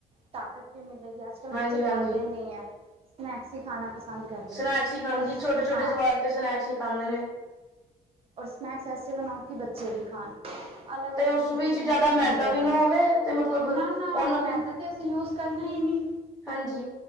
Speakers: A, on the right; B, in the centre.
A: ਤਾਕਤ ਵੀ ਮਿਲੇਗੀ, ਅੱਜ- ਕੱਲ੍ਹ
B: ਹਾਂਜੀ,
A: ਬੱਚੇ ਖਾਂਦੇ
B: ਹਾਂਜੀ।
A: ਨਹੀਂ ਸਨੈਕਸ ਹੀ ਖਾਣਾ ਪਸੰਦ ਕਰਦੇ
B: ਸਨੈਕਸ
A: ਨੇ,
B: ਹੀ ਖਾਣ
A: ਔਰ
B: ਜੀ ਛੋਟੇ ਛੋਟੇ
A: ਹਾਂ।
B: ਜਵਾਕ ਤੇ ਸਨੈਕਸ ਹੀ ਖਾਂਦੇ ਨੇ,
A: ਔਰ ਸਨੈਕਸ ਐਸੇ ਬਣਾਓ, ਕਿ ਬੱਚੇ ਵੀ ਖਾਣ ਅਲੱਗ
B: ਤੇ
A: ਅਲੱਗ
B: ਉਸ
A: ਚੀਜ਼
B: ਵਿੱਚ
A: ਦੇ ਸਨੈਕਸ
B: ਜ਼ਿਆਦਾ ਮੈਦਾ
A: ਬਣਦੇ
B: ਵੀ
A: ਨੇ,
B: ਨਾ ਹੋਵੇ ਤੇ ਮਤਲਬ
A: ਨਾ-ਨਾ
B: ਉਹਨਾਂ
A: ਮੈ
B: ਦੀ
A: ਤਾਂ, ਅਤੇ ਅਸੀਂ ਯੂਜ ਕਰਨਾ ਹੀ ਨਹੀਂ,
B: ਹਾਂਜੀ